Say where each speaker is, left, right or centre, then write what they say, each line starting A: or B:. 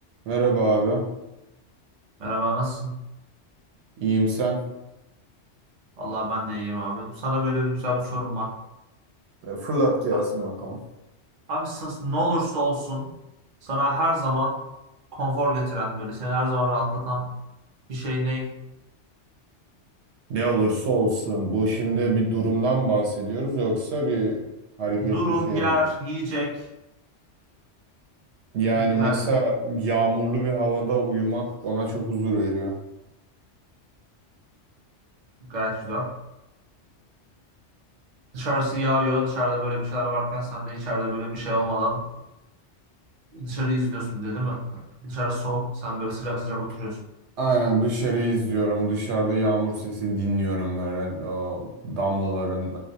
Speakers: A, on the right; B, on the right.
A: Merhaba abi.
B: Merhaba nasılsın?
A: İyiyim sen.
B: Vallahi ben de iyiyim abi. Sana böyle bir güzel bir sorum var.
A: E, Fırlat gelsin
B: A-
A: bakalım.
B: Abi sus- ne olursa olsun sana her zaman konfor getiren böyle seni her zaman rahatlatan bir şey ne?
A: Ne olursa olsun bu şimdi bir durumdan bahsediyoruz yoksa bir hareket
B: Durum,
A: bir şey
B: yer,
A: mi?
B: yiyecek
A: Yani
B: yani
A: mesela yağmurlu bir havada uyumak bana çok huzur veriyor.
B: gayet güzel. Dışarısı yağıyor dışarıda böyle bir şeyler varken sen de içeride böyle bir şey olmadan dışarıyı izliyorsun bir de değil mi? Dışarı soğuk sen böyle sıcak sıcak oturuyorsun.
A: Aynen dışarıyı izliyorum. Dışarıda yağmur sesini dinliyorum böyle. O damlaların